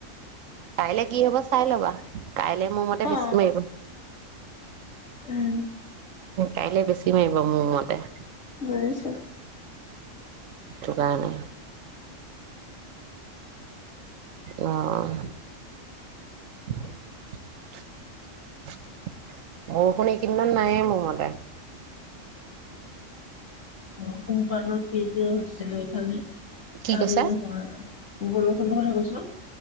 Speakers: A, on the right; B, on the left.
A: কাইলে কি হব চাই ল'বা। কাইলৈ মোৰ মতে
B: অ
A: বেছি মাৰিব।
B: উম।
A: কাইলে বেছি মাৰিব মোৰ মতে।
B: বুজিছো।
A: সেইটো কাৰণে। অহ' বৰষুণ এইকেইদিনমান নাহে মোৰ মতে,
B: <unintelligible> হৈছিলে এইফালে
A: কি
B: কালি
A: কৈছা
B: নায় <unintelligible> বৰষুণৰ কথা কৈছো।